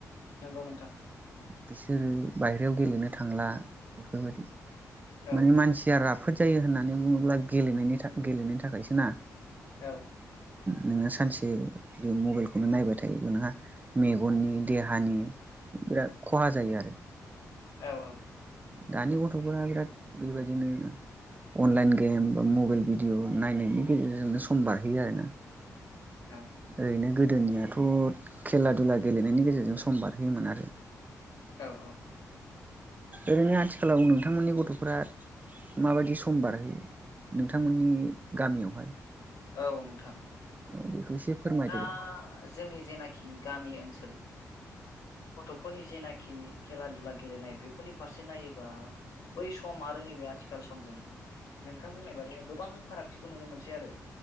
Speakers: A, on the left; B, on the right.
A: नंगौ नोंथां
B: बिसोरो बायेरायाव गेलेनो थांला बेफोरबायदि
A: औ
B: माने मानसिया राफ खाफोद जायो होननानै बुङोब्ला गेलनायनि गेलेनायनि थाखायसो ना
A: औ
B: नोंङो सानसे जुदि मबाइल खौनो नायबाय थायो नोंहा मेगननि देहानि बिराद खहा जायो आरो
A: औ -औ
B: दानि गथ'फोरा बिराद बेबायदिनो अनलाइन गेम बा मबाइल भिडिअ नायनायनि गेजेरजोंनो सम बारहोयो आरोना
A: औ
B: ओरैनो गोदोनियाथ' खेला - दुला गेलेनायनि गेजेरजों सम बारहोयोमोन आरो
A: औ- औ
B: ओरैनो आथिखालाव नोंथांमोननि गथ'फोरा माबायदि सम बारहोयो नोंथांमोननि गामियावहाय
A: औ नोंथां
B: औ बेखौ एसे फोरमायदो
A: दा
B: दे
A: जोंनि जेनाखि गामि ओनसोल गथ'फोरनि जेनाखि खेला दुला गेलेनाय बेफोरनि फारसे नायोबा बै सम आरो नैबे आथिखाल समजों नोंथां बुंनाय बादिनो गोबां फारागथिखौ नुनो मोनसै आरो